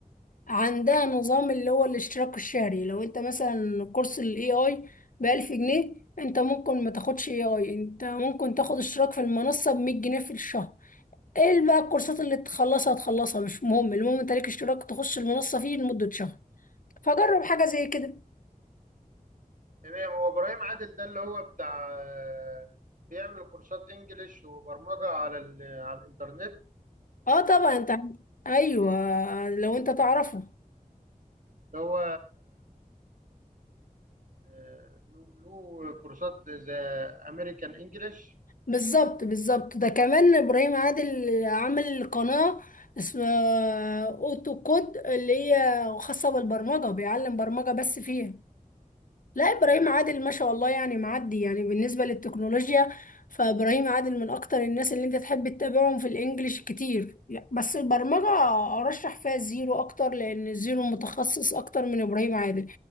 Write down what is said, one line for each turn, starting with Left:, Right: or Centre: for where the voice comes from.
Left: عندها نظام اللي هو الاشتراك الشهري لو انت مثلا كورس الاي اي بألف جنيه انت ممكن ما تاخدش اي اي انت ممكن تاخد اشتراك في المنصة بمية جنيه في الشهر ايه بقى الكورسات اللي تخلصها تخلصها مش مهم المهم انت ليك اشتراك تخش المنصة فيه لمدة شهر فجرب حاجة زي كده
Right: تمام هو ابراهيم عادل ده اللي هو بتاع آه، بيعمل كورسات انجليش وبرمجه على ال- على الانترنت
Left: اه طبعا انت عن- ايوه لو انت تعرفه
Right: اللي هو آه، له له كورسات زي امريكان انجليش
Left: بالظبط بالظبط ده كمان ابراهيم عادل عامل قناة اسمها اوتو كود اللي هي خاصة بالبرمجة بيعلم برمجة بس فيها لا ابراهيم عادل ما شاء الله يعني معدي يعني بالنسبه للتكنولوجيا فابراهيم عادل من اكتر الناس اللي انت تحب تتابعهم في الانجليش كتير بس البرمجه ارشح فيها الزيرو اكتر لان الزيرو متخصص اكتر من ابراهيم عادل